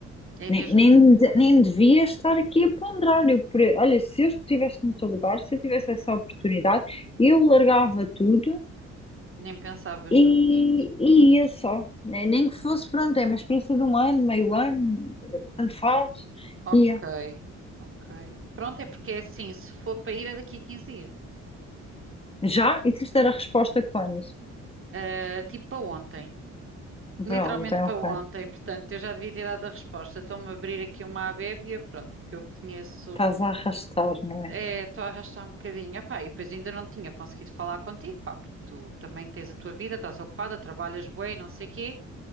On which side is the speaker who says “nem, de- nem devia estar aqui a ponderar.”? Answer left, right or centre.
Left